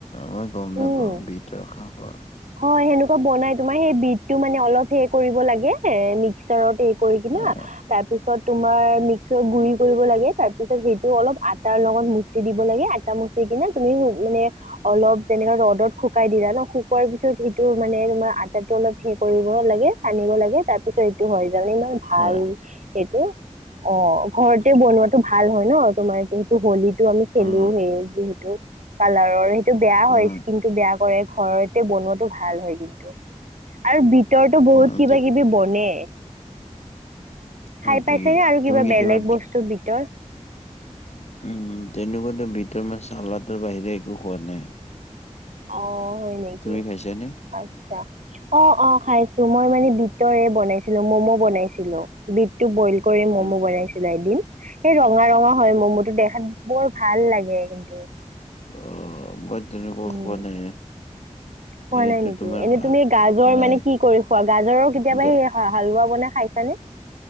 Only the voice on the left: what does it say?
মই গম নাপাওঁ
বিটৰ শাকৰ
আহ
হয়
উম
উম
উম
তে-
হয়
নেকি
তুমি
কেতিয়াবা
উম, উম, তেনেকুৱাতো ভিতৰ মাছ, চালাটোৰ বাহিৰে একো খোৱা নাই।
তুমি খাইছানে?
হয়
অ', মই তেনেকুৱা
খোৱা নাই।
সেইটো
তোমাৰ
খা-
নাই
গা